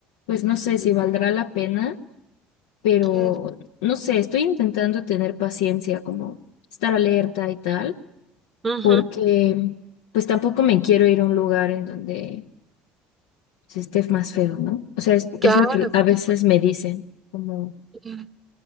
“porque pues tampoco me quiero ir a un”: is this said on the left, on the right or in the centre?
Left